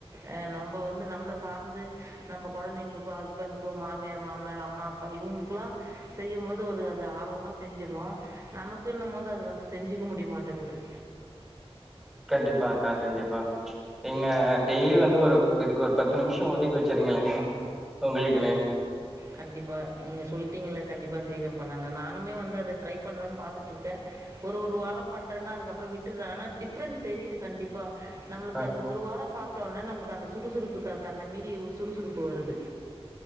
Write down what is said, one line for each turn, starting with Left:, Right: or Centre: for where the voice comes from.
Right: அ நம்ப வந்து நம்பள சார்ந்து நம்ப கொழந்தைங்களு, ஹஸ்பண்ட், மாமியார் மாமனார், அம்மா, அப்பா இவங்களுக்குல்லா செய்யும்போது ஒரு அது ஆர்வமா செஞ்சிட்றோ நமக்குன்னும்போது அது வந்து செஞ்சுக்க முடிய மாட்டேங்குது
Centre: கண்டிப்பா அக்கா, கண்டிப்பா நீங்க டெய்லி வந் து ஒரு இதுக்கு ஒரு பத்து நிமிஷோ ஒதுக்கி வச்சிருங்களே, உங்களுக்குன்னு
Right: கண்டிப்பா நீங்க சொல்ட்டீங்கல கண்டிப்பா செய்ற பா நானமே வந்து அத ட்ரை பண்ணும்ன்னனு பாத்துட்டு இருக்கேன் ஒரு ஒரு வாரம் பண்றேன்னா அதுக்கப்புறம் விட்டுறேன் ஆனா டிஃப்ரெண்ட் தெரியுது கண்டிப்பா நம்மளுக்கு
Centre: அ.
Right: அது ஒரு வாரம் சாப்ட்ட உடனே நம்மளுக்கு அந்த சுறுசுறுப்புக்கு தன்மே மீறி சுறுசுறுப்பு வருது